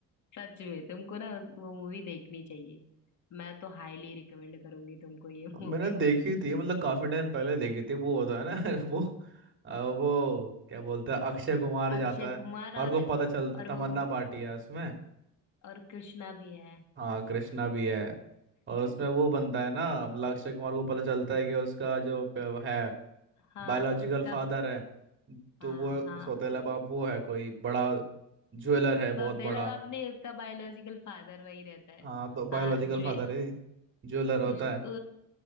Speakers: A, on the left; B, on the right.
A: सच में तुमको ना उस- वो मूवी देखनी चाहिए मैं तो हाईली रिकमेंड करूंगी तुमको ये
B: मैंने
A: मूवी
B: देखी थी मतलब काफी टाइम पहले देखी थी वो होता है ना <laughs> वो अ, वो क्या बोलते हैं अक्षय कुमार जाता
A: अक्षय
B: है
A: कुमार
B: और
A: और
B: को पता चल
A: और
B: तमन्ना
A: वो
B: भाटिया है उसमें
A: और कृष्णा भी है
B: हाँ कृष्णा भी है और
A: <laughs>
B: उसमें वो बनता है ना मतलब अक्षय कुमार को पता चलता है कि उसका जो प- है
A: हाँ
B: बायोलॉजिकल
A: उसका
B: फादर है तो
A: हाँ
B: वो
A: हाँ
B: सौतेला बाप वो है कोई बड़ा ज्वेलर है बहुत
A: बबेला
B: बड़ा
A: बाप नहीं उसका बायोलॉजिकल फादर वही रहता है
B: हाँ तो बायोलॉजिकल
A: हाँ ज्वे
B: फादर है ज्वेलर होता
A: कुछ
B: है
A: तो